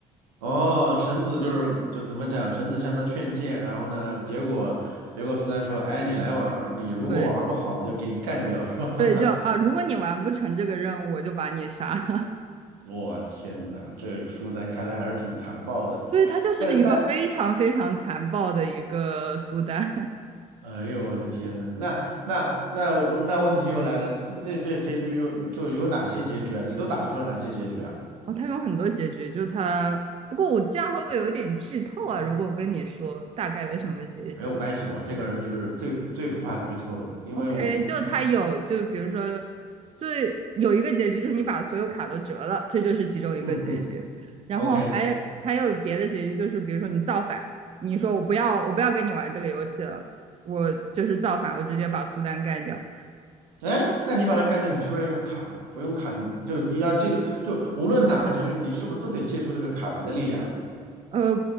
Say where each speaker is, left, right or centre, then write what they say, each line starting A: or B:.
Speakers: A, on the right; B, on the right.
A: 哦，臣子就是就怎么讲，臣子向他劝谏，然后呢，结果结果苏丹说，哎，你来玩儿你如果玩儿不好，
B: 对
A: 我就给你干掉，<laughs> 是吧？
B: 对，就啊，如果你完不成这个任务，我就把你杀了。<laughs>
A: <laughs> 我天呐，这个苏丹看来还是挺残暴的。
B: 对，他就是一个非常非常残暴的一个苏丹。
A: 那那，哎呦我的天呐，那那那我那问题又来了，这这这结局又就有哪些结局啊？你都打出了哪些结局啊？
B: <laughs> 哦，他有很多结局，就他。不过我这样会不会有点剧透啊？如果我跟你说大概有什么结局，
A: 没有关系，我这个人是最最不怕剧透的，因为我自己，
B: OK，就它有，就比如说，最有一个结局就是你把所有卡都折了，这就是其中一个结局。
A: 嗯嗯
B: 然后还还有别的结局，
A: ，OK。
B: 就是比如说你造反，你说我不要，我不要跟你玩这个游戏了，我就是造反，我直接把苏丹干掉。
A: 哎，那你把它干掉，你是不是要用卡？不用卡，你就你要记住，就无论哪个结局，你是不是都得借助这个卡牌的力量啊？
B: 呃，